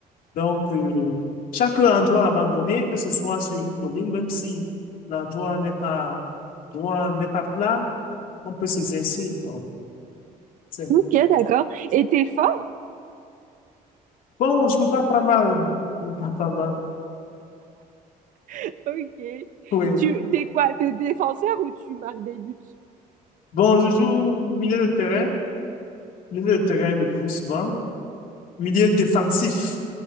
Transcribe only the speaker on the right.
Ok, d'accord. Et t'es fort
ou
t'es-
<laughs> Ok.
Tu t'es quoi? T'es défenseur ou tu marques des buts?